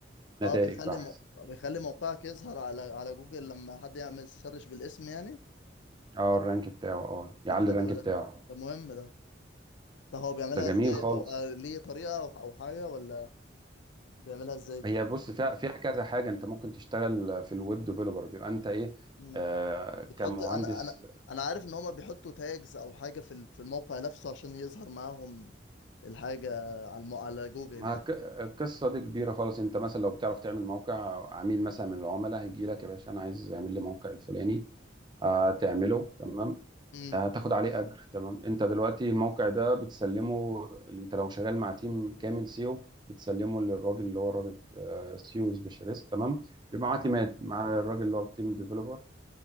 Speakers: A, on the right; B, on the left.
A: نتائج
B: اه بيخلي
A: بحث
B: مو... بيخلي موقعك يظهر على على جوجل لما حد يعمل سيرش بالاسم يعني
A: اه الرانك بتاعه اه يعلي
B: طب حلو
A: الرانك
B: ده
A: بتاعه
B: ده مهم ده طب هو بيعملها
A: ده جميل
B: ازاي
A: خالص
B: او آه، ليه طريقة او أو حاجة ولا بيعملها ازاي دي
A: هي بص فيها فيها كذا حاجه انت ممكن تشتغل في الويب ديفلوبر بيبقى انت ايه
B: مم.
A: آه
B: بتحط
A: كمهندس
B: انا انا انا عارف ان هما بيحطوا تاجز او حاجة في ال- في الموقع نفسه عشان يظهر معاهم الحاجة على المو... على جوجل
A: ما
B: يعني
A: ك- القصه دي كبيره خالص انت مثلا لو بتعرف تعمل موقع عميل مثلا من العملاء هيجي لك يا باشا انا عايز اعمل لي موقع الفلاني آه تعمله تمام
B: امم
A: هتاخد عليه اجر تمام انت دلوقتي الموقع ده بتسلمه انت لو شغال مع تيم كامل سيو بتسلمه للراجل اللي هو الراجل آه، سيو سبيشاليست تمام بيبقى معاه
B: اه
A: تيمات مع الراجل اللي هو التيم ديفلوبر